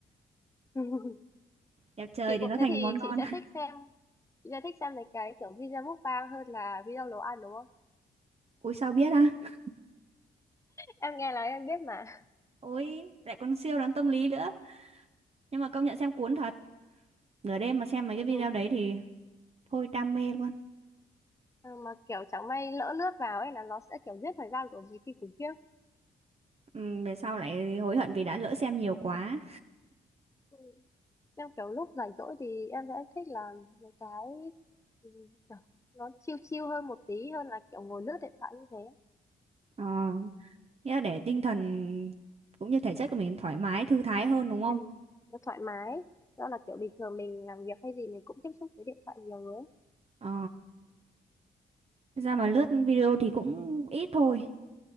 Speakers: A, on the left; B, on the right.
A: <laughs>
B: Đẹp trời
A: chị
B: thì
A: cũng
B: nó
A: thế
B: thành
A: thì
B: món
A: chị
B: ngon
A: sẽ thích xem chị sẽ thích xem mấy cái kiểu video mukbang hơn là video nấu ăn đúng không
B: ui sao biết á?
A: em nghe nói em biết mà
B: Ôi lại còn siêu đoán tâm lý nữa. Nhưng mà công nhận xem cuốn thật. Nửa đêm mà xem mấy cái video
A: <laughs> ừ.
B: đấy thì thôi đam mê luôn.
A: Ừ, mà kiểu chẳng may lỡ lướt vào ấy là nó sẽ kiểu giết thời gian của mình khi khủng khiếp
B: Ừ, về sau lại hối hận vì đã lỡ xem nhiều quá.
A: ừ. em kiểu lúc rảnh rỗi thì em sẽ thích là một cái ừ, kiểu nó chill chill hơn một tí hơn là kiểu ngồi lướt điện thoại như thế
B: Ờ, nghĩa là để tinh thần cũng như thể chất của mình thoải mái, thư thái hơn đúng không?
A: Ừ, nó thoải mái đó là kiểu bình thường mình làm việc hay gì mình cũng tiếp xúc với điện thoại nhiều người ấy.
B: Ờ, thật ra mà lướt video thì cũng ít thôi.